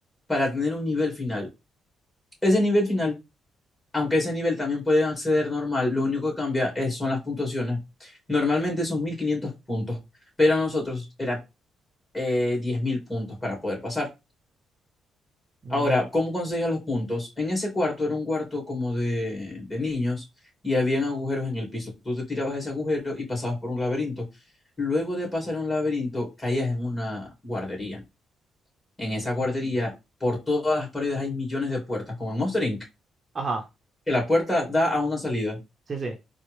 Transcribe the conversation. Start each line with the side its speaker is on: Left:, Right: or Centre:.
Left: para tener un nivel final. Ese nivel final aunque ese nivel también pueden acceder normal, lo único que cambia es, son las puntuaciones. Normalmente son 1500 puntos, pero a nosotros era eh, 10.000 puntos para poder pasar.
Right: Mm,
Left: Ahora, ¿cómo conseguías los puntos? En ese cuarto era un cuarto como de, de niños y habían agujeros en el piso. Tú te tirabas a ese agujero y pasabas por un laberinto. Luego de pasar un laberinto, caías en una guardería. En esa guardería,
Right: ujú.
Left: por todas las paredes hay millones de puertas, como en Monster Inc.,
Right: Ajá.
Left: que la puerta da a una salida.
Right: Sí, sí.